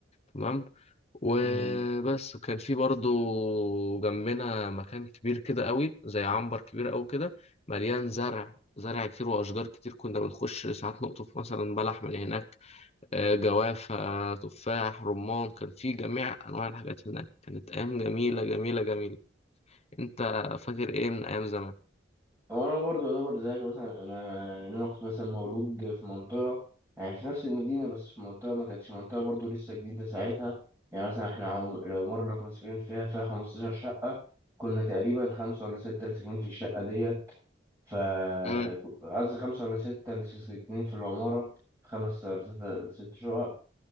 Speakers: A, on the left (about 35°); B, on the right (about 15°).
A: تمام وبس
B: مم.
A: كان في برضو جنبنا مكان كبير كده قوي زي عنبر كبير قوي كده مليان زرع زرع كتير واشجار كتير كنا بنخش ساعات نقطف مثلا بلح من هناك آه، جوافة تفاح رمان كان في جميع أنواع الحاجات هناك كانت أيام جميلة جميلة جميلة أنت فاكر إيه من أيام زمان؟
B: هو انا برضه يعتبر زيك مثلا انا إن انا كنت مثلا مولود في منطقه يعني في نفس المدينه بس في منطقه ما كانتش منطقه برضه لسه جديده ساعتها يعني مثلا احنا عم- العماره اللي كنا ساكنين فيها فيها 15 شقه كنا تقريبا خمسه ولا سته اللي ساكنين في الشقه ديت ف
A: امم
B: قصدي خمسه ولا سته اللي ساكنين في العماره خمس ولا ست ست شقق